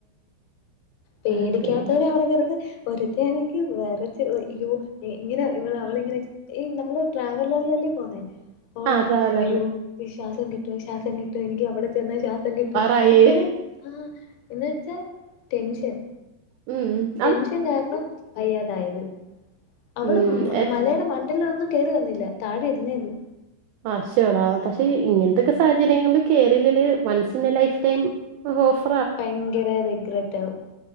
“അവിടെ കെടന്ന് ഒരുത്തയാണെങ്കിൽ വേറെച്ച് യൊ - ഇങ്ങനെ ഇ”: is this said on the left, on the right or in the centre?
Left